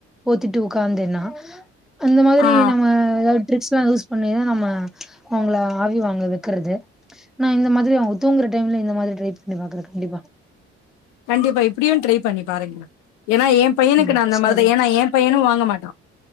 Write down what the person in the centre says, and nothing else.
போத்திட்டு உக்காந்தேன்னா அந்த மாதிரி
நம்ம எதா ட்ரிக்ஸ்லா யூஸ் பண்ணிதா நம்ம அவங்கள ஆவி வாங்க வைக்கறது நா இந்த மாதிரி அவுங்க தூங்ற டைம்ல இந்த மாதிரி ட்ரை பண்ணி பாக்குற கண்டிப்பா
ம்
சரி